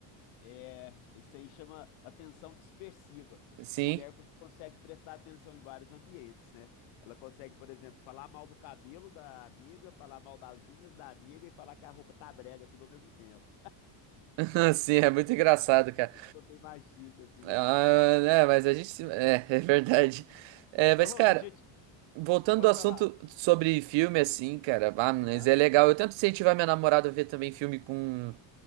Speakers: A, on the left (about 85°); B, on the right (about 65°).
A: é, é, isso aí chama atenção dispersiva.
B: Sim,
A: A mulher cons- consegue prestar atenção em vários ambientes, né? Ela consegue, por exemplo, falar mal do cabelo da amiga, falar mal das unhas da amiga e falar que a roupa tá brega, tudo ao mesmo tempo.
B: <laughs> sim, é muito engraçado, cara.
A: Sou bem machista, assim, mas
B: Ah,
A: é brincadeira.
B: né, mas a gente. se- É, <laughs> é verdade. É, mas,
A: Ô,
B: cara,
A: deixa eu te... <laughs>
B: voltando
A: Pode
B: ao
A: falar.
B: assunto sobre filme, assim, cara, ah, mas
A: Aham.
B: é legal. Eu tento incentivar minha namorada a ver também filme com.